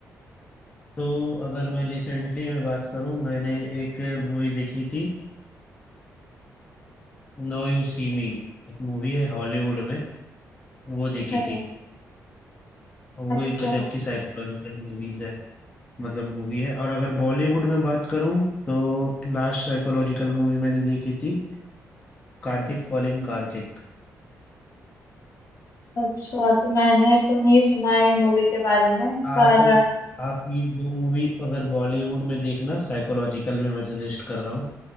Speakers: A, on the left (about 25°); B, on the left (about 55°).
A: तो अगर मैं रिसेंटली मैं बात करूँ मैंने एक मूवी देखी थी नो यू सी मी एक मूवी है हॉलीवुड में वो देखी
B: अ,
A: थी वो
B: अच्छा
A: एक गजब की साइकोलॉजिकल मूवीज है मतलब मूवी है और अगर बॉलीवुड में बात करूँ तो लास्ट साइकोलॉजिकल मूवी मैंने देखी थी कार्तिक कॉलिंग कार्तिक
B: अच्छा तो मैंने तो नहीं सुना है मूवी के बारे में
A: आप
B: पर
A: आप ये दो मूवी अगर बॉलीवुड में देखना साइकोलॉजिकल में मैं सजेस्ट कर रहा हूँ